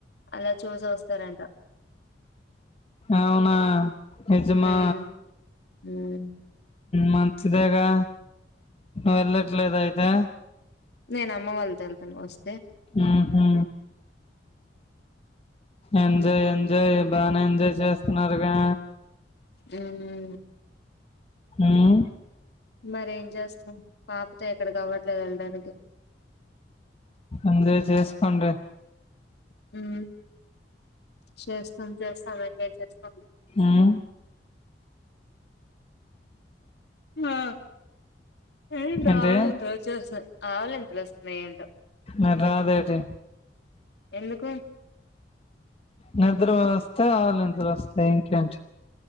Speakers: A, on the left; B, on the left.
A: అలా చూసి వస్తారంట
B: అవునా నిజామా
A: హ్మ్ హ్మ్
B: మంచిదేగా వెళ్లట్లేదా అయితే
A: నేను అమ్మ వాళ్ళతో వెళ్తాను వస్
B: ఊహూ ఎంజాయ్ ఎంజాయ్ బానే ఎంజాయ్ చేస్తున్నారుగా
A: ఊమ్
B: ఊమ్
A: మరేం చేస్తాం పాపతో ఎక్కడకి అవట్లేద్ వెళ్ళడానికి
B: ఎంజాయ్ చేసుకోండి
A: ఉమ్ చేస్తాం చేస్తాం ఎంజాయ్ చేస్తాం
B: ఉమ్
A: ఆ ఎంటో
B: ఏంటి
A: ఆవలింతలోచ్చేస్తాయ్ ఆవలింతలోస్ మెంటో
B: మరి రాదేటి
A: ఎందుకు
B: నిద్ర వస్తే ఆవలింపులు వస్తాయ్ ఇంకేంటి